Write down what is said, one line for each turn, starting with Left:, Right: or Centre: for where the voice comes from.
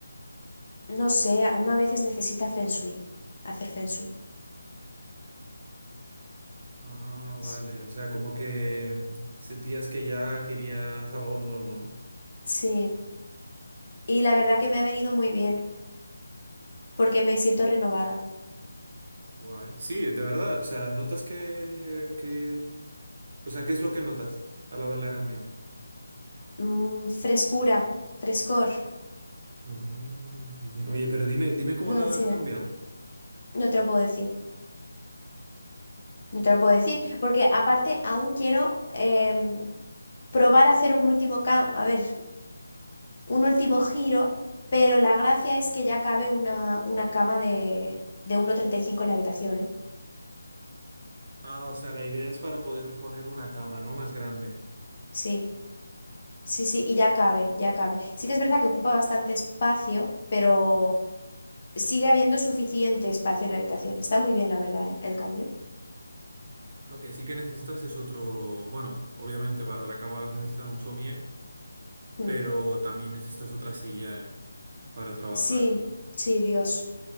Left: no sé, uno a veces necesita feng shui, hacer feng shui.
Right: Ah, vale,
Left: S-
Right: o sea, como que mm, sentías que ya querías algo nuevo, ¿no?
Left: Sí, y la verdad que me ha venido muy bien porque me siento renovada.
Right: Guay. Sí, de verdad, o sea, notas que, que... O sea, ¿qué es lo que notas al haberla cambiado?
Left: Mm, frescura, frescor.
Right: Ah, qué bien. Oye, pero dime, dime cómo
Left: No,
Right: la
Left: en serio,
Right: has cambiado.
Left: no te lo puedo decir. No te lo puedo decir porque aparte aún quiero em, probar a hacer un último cambio. A ver, un último giro, pero la gracia es que ya cabe una, una cama de, de uno treinta y cinco en la habitación, ¿eh?
Right: Ah, o sea, la idea es para poder poner una cama, ¿no? Más grande.
Left: Sí, sí, sí, y ya cabe, ya cabe. Sí que es verdad que ocupa bastante espacio, pero sigue habiendo suficiente espacio en la habitación. Está muy bien, la verdad, ¿eh? El cambio.
Right: Lo que sí que necesitas es otro, bueno, obviamente para la cama vas a necesitar un somier,
Left: Mm.
Right: pero también necesitas otra silla para trabajar.
Left: Sí, sí, Dios.